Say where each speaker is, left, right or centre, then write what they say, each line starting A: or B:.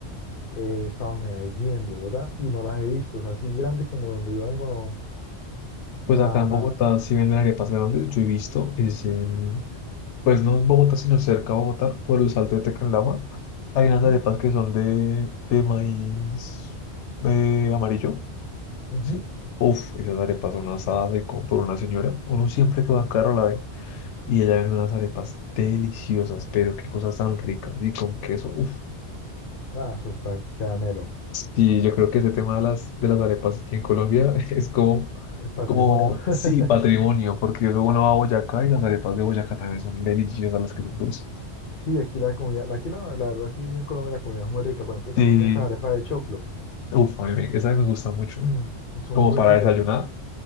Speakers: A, on the left; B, on the left.
A: He estado en Medellín, en Bogotá, y no las he visto. O sea, así grandes como donde yo vengo,
B: Pues
A: no. Nada,
B: acá en
A: nada.
B: Bogotá sí venden arepas grandes, yo he visto, es en, pues no en Bogotá, sino cerca de Bogotá, por el Salto de Tequendama. Hay
A: Ujú,
B: unas arepas que son de, de maíz de amarillo
A: ujú.
B: Sí. Uf, esas arepas son asadas de compro una señora. Uno siempre que va a caro la ve. Y ella vende unas arepas deliciosas, pero qué cosas tan ricas. Y con queso, uf.
A: Nada, eso está caramelo.
B: Sí, yo creo que ese tema de las, de las arepas aquí en Colombia <laughs> es como,
A: Es patrimonio.
B: como,
A: <laughs>
B: sí, patrimonio, porque luego uno va a Boyacá y las arepas de Boyacá también son deliciosas, las que son dulces.
A: Sí, aquí la comida, la- aquí la, la verdad, aquí en Colombia la comida es muy rica. Por ejemplo, también
B: Sí,
A: estas arepas de choclo. <clears throat>
B: uf, a mí me, esa me gusta mucho.
A: Mm, Son
B: Como
A: muy
B: para
A: ricas
B: desayunar,